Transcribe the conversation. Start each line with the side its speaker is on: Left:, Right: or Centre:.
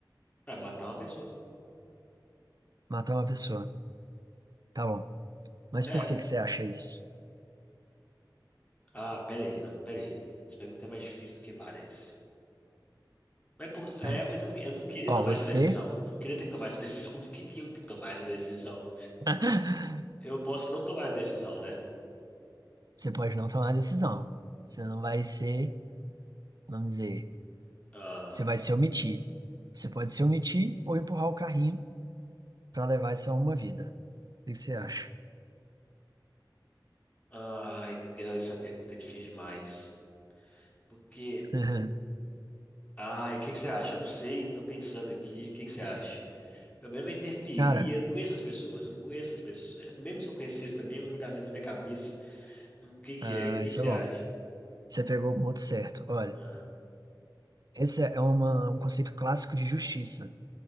Left: Ah, matar uma pessoa.
Right: Matar uma pessoa. Tá bom. Mas
Left: É.
Right: por que que você acha isso?
Left: Ah, peraí, não, peraí. Essa pergunta é mais difícil do que parece. Mas, por, é,
Right: <laughs>
Left: mas eu não, eu não queria
Right: Ó,
Left: tomar
Right: você.
Left: essa decisão. Eu não queria ter que tomar essa <laughs> decisão. Por que que eu tenho que tomar essa decisão?
Right: <laughs>
Left: Eu posso não tomar a decisão, né?
Right: Você pode não tomar decisão. Você não vai ser, vamos dizer.
Left: Ah,
Right: Você vai se omitir. Você pode se omitir ou empurrar o carrinho para levar essa uma vida. O que que você acha?
Left: ai, essa pergunta é difícil demais. Porque
Right: <laughs>
Left: Ah, e o que que você acha? Eu não sei, tô pensando aqui, o que que você acha? Eu mesmo interferia,
Right: Cara,
Left: eu não conheço as pessoas, eu não conheço as pessoas. É, Mesmo se eu conhecesse também, é um julgamento na minha cabeça. Hum, O que que
Right: ah,
Left: é? O que
Right: isso
Left: que você
Right: é bom.
Left: acha?
Right: Você pegou o ponto certo. Olha,
Left: Ah,
Right: esse é uma, um conceito clássico de justiça.